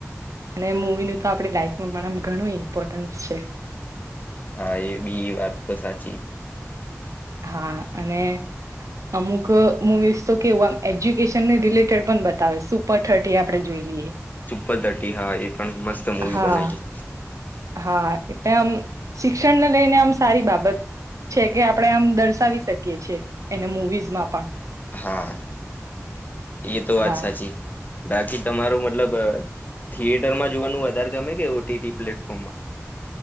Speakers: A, on the right; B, on the left.
A: અને મૂવીનું તો આપણી લાઈફમાં પણ આ ઘણું ઇમ્પોર્ટન્સ છે.
B: હા એ બી વાત તો સાચી
A: હા અને અમુક મુવીઝ તો કેવું, આમ એજ્યુકેશનને રિલેટેડ પણ બતાવે સુપર થર્ટી આપણે જોઈ લઈએ
B: પર ધટી હા એ પણ મસ્ત મુવી
A: હા
B: બનાવી
A: હા એટલે આમ શિક્ષણને લઈને આમ સારી બાબ બત છે, કે આપણે આમ દર્શાવી શકીએ છીએ એને મવીઝમાં પણ
B: હા એ તો વાત
A: હા
B: સાચી. બાકી તમારું મતલબ થિયેટરમાં જોવાનું વધારે ગમે? કે ઓટીટી પ્લેટફોર્મમાં?